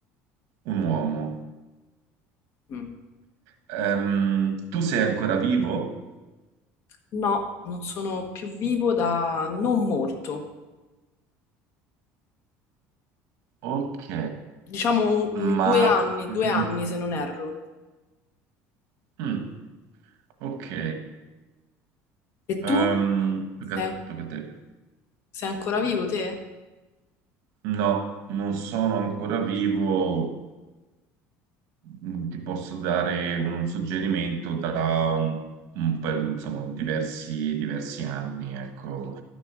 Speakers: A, on the right; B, on the left.
A: un uomo.
B: Mm.
A: Ehm, tu sei ancora vivo?
B: No, non sono più vivo da non molto.
A: Ok,
B: diciamo un-
A: ma...
B: due anni,
A: Mm,
B: due anni se non erro.
A: mm, mm, ok.
B: E
A: Ehm,
B: tu?
A: perché-
B: Sei,
A: perché te-
B: sei ancora vivo te?
A: no, non sono ancora vivo. Mm, Ti posso dare un suggerimento da un- un pa- insomma, diversi, diversi anni, ecco,